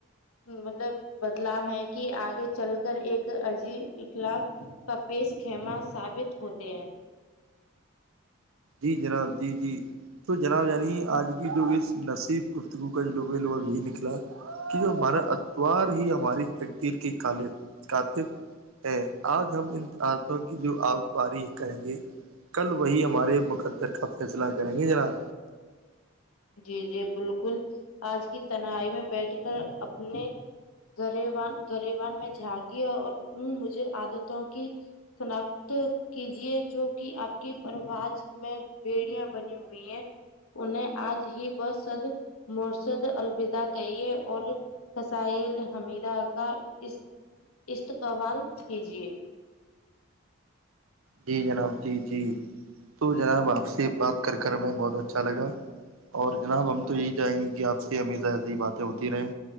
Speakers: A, on the left; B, on the right.
A: مطلب بدلاؤ ہے کہ آگے چل کر ایک عجیب اخلاق کا پیش خیمہ ثابت ہوتے ہیں
B: جی جناب جی جی تو جناب یعنی آج کی جو اس نصیب گفتگو کا جو لوگ لوگ یہ نکلا کی جو ہمارا اتوار ہی ہماری تقدیر کے کال کاتب ہے آج ہم ان تتوں کی جو آب پاریخ کریں گے کل وہی ہمارے مقدر کا فیصلہ کریں گے جناب
A: جی جی بالکل آج کی تنہائی میں بیٹھ کر اپنے گریوان گریوان میں جھاگی اور ان مجھے عادتوں کی سناخت کیجیے جو کہ آپ کی پروج میں بیڑیاں بنی ہوئی ہیں انہیں آج ہی بس سد مورشد الودا کہیے اور قسائل حمیدہ کا اس استقبال کیجیے
B: جی جناب جی جی تو جناب آپ سے بات کر کر میںیں بہت اچھا لگا اور جناب ہم تو یہی چاہیں گے کہ آپ سے ہممی س ایسیی باتیں ہوتی رہیں